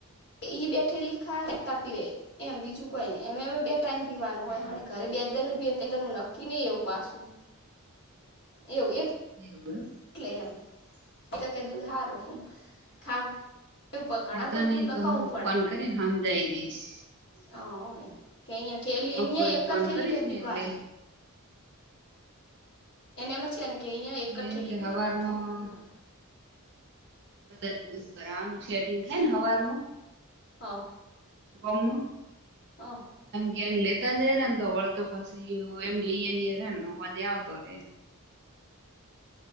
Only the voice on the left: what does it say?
ઈ બેઠે લીખાયતા પીવે એમ બીજું કોઈ નહી અ અમે ટાઈમ પીવાનું
હોય ઘરે બે દર ર નું નક્કી નહી એવું પાછું <inaudible> એવું એ
એટલે એમ તો કે દુધ સારું ખાવ એવું ઘણા
પડતું
નકાવું
પડે
હ એમ કે અહીયા થેલી
અહીયા એક
જ થેલી
કે પીવા
એને એમ જ કે ને કે અહંયા
એક જ ઠેલી
પીવાનું
વધારે ના પીવાનું
હ.
હઑ.